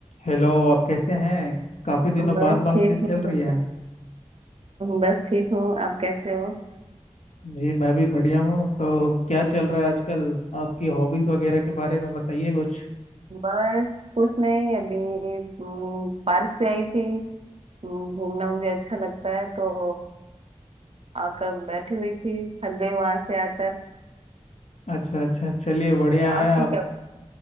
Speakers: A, on the left (about 85°); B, on the right (about 60°).
A: Hello आप कैसे हैं काफी दिनों
B: बस
A: बाद बातचीत
B: ठीक
A: चल
B: हूँ
A: रही है
B: बस ठीक हूँ आप कैसे हो
A: जी मैं भी बढ़िया हूँ तो क्या चल रहा है आजकल आपकी हॉबीज वगैरह के बारे में बताइए कुछ
B: बस कुछ नहीं अभी हम्म, पार्क से आई थी हम्म, घूमना मुझे अच्छा लगता है तो आकर बैठी हुई थी थक गई वहां से आकर
A: अच्छा अच्छा चलिए बढ़िया
B: आपको
A: है आप
B: क्या